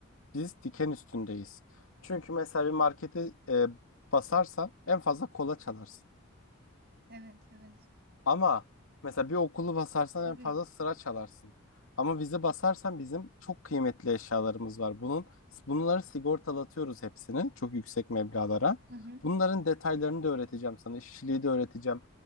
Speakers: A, on the left; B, on the right.
A: biz diken üstündeyiz. Çünkü mesela bir markete e, basarsan en fazla kola çalarsın.
B: Evet, evet.
A: Ama mesela bir okulu basarsan
B: Tabii.
A: en fazla sıra çalarsın. Ama bizi basarsan bizim çok kıymetli eşyalarımız var. Bunun bunları sigortalatıyoruz hepsini çok yüksek meblağlara.
B: Hı hı.
A: Bunların detaylarını da öğreteceğim sana. İşçiliği de öğreteceğim.